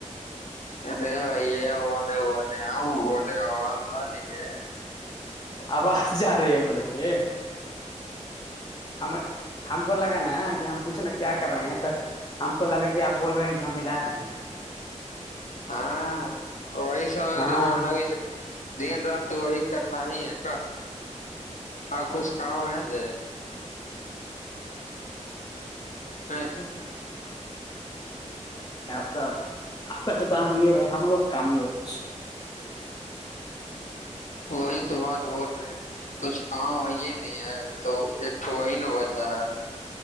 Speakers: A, on the left; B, on the left.
A: ارے بھائی یہ وہ نہیں بولے آؤ بولے آواز آ رہی ہے
B: اب آپ جا رہی ہے بولے تھے ہمیں ہم کو لگا نا کہ ہم پوچھناا کیا کر رہے ہیں ت ہم کو لگا کہ آپ بول رہے ہیں کہ ہم ملا رہے ہیں
A: ہاں وہی س
B: ہاں
A: تو لگئی س دن رات تو وہی کرنا ہی ہے کا آ کچھ کھاؤ ہے ج ااں جی
B: آپ کا آپ کا تو کام ہے یہ ہے بھائی ہم لوگ کام نہیں ہےچھ
A: وہی تو بات بول رہے ہیں کچھ کام ہے یہ نہیں ہے تو ایک تو وہی ن بچا ہے